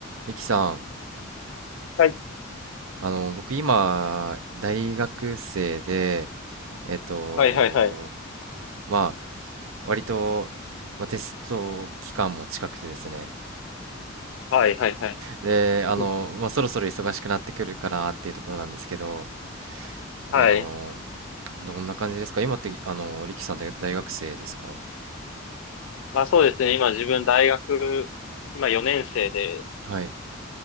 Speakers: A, on the right; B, on the left.
A: リキさん、
B: はい。
A: あの、僕今、大学生で、えっと、
B: はいはいはい。
A: まあ、割と、まあ、テスト期間も近くてですね。
B: はいはいはい。
A: で、
B: <laughs> うん
A: あの、まあ、そろそろ忙しくなってくるかなっていうところなんですけど、
B: はい。
A: あの、どんな感じですか今って、あの、リキさんって大学生ですか
B: まあそうですね。今自分大学、今4年生で、
A: はい。